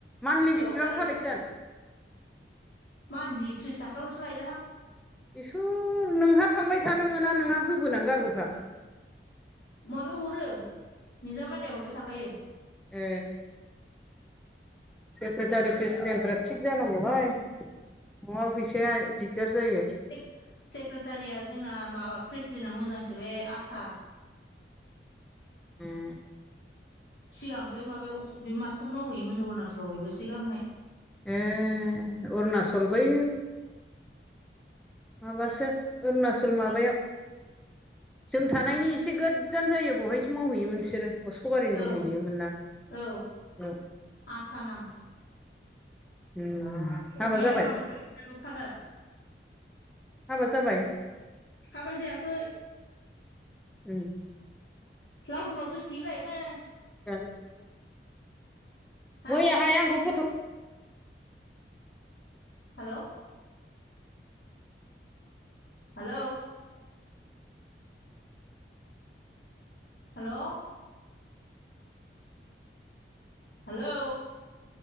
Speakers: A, in the centre; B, on the left.
A: मान्थलि बेसिबां
B: औ दायो
A: कालेक्सन?
B: मान्थलि त्रिस थाखाल'सो लायदोंहां।
A: इसोर नोंहा थांबाय थानो मोना नोंहा होबोनानै गारबोखा।
B: माबायाव हरो नोंजामादैया हरबाय थाखायो।
A: ए सेक्रेटारि प्रेसिडेन्टफ्रा थिग जानांगौहाय नङाबा फैसाया दिगदार जायो।
B: से-सेक्रेटारिया जोंना माबा प्रेसिडेन्टा मोजांसो बे आसा
A: उम
B: सिगां बै माबायाव बे मास्टार मावहैयोमोन अरुणाचलाव बेबो सिगांहाय।
A: ए अरुनाचल बै माबासो अरुनाचल माबायाव जों थानायनि एसे गोजान जायो बहायसो मावहैयोमोन बिसोरो अस्क'बारिनो
B: औ
A: दंहैयोमोन ना
B: औ
A: औ।
B: आसा नाम
A: <inaudible>
B: फंबाया
A: जाबाय
B: माबा <inaudible> फादार
A: हाबा जाबाय?
B: हाबा जायाखै।
A: उम
B: लावदुमा गोसोथोयोब्रा <inaudible>
A: <inaudible>
B: हा
A: मैयाहाय आंखौ फथ
B: हेल' हेलौ हेल' हेलौ